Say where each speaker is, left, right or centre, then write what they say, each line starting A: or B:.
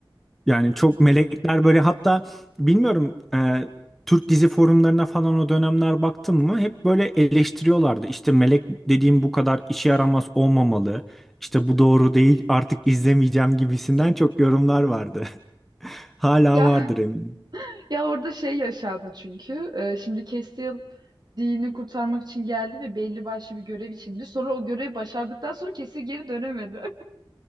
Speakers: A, in the centre; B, on the right (about 55°).
A: Yani çok melekler böyle hatta bilmiyorum e, Türk dizi forumlarına falan o dönemler baktım mı hep böyle eleştiriyorlardı. İşte melek dediğim bu kadar işe yaramaz olmamalı. İşte bu doğru değil artık izlemeyeceğim gibisinden çok yorumlar vardı. <laughs> Hala
B: Ya
A: vardır eminim.
B: Ya orada şey yaşandı çünkü. e, şimdi Castiel dini kurtarmak için geldi ve belli başlı bir görev içindi. Sonra o görevi başardıktan sonra Castiel geri dönemedi. <laughs>